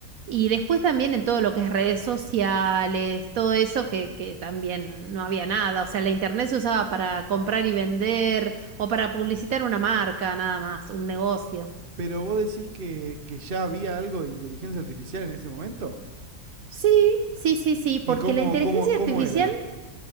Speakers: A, on the right; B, on the right.
A: y después también en todo lo que es redes sociales, todo eso que, que también no no había nada. O sea, la internet se usaba para comprar y vender o para publicitar una marca, nada más, un negocio.
B: Pero vos decís que, que ya había algo de inteligencia artificial en ese momento.
A: Sí, sí, sí, sí, porque
B: ¿Y cómo,
A: la inteligencia
B: cómo, cómo
A: artificial,
B: era?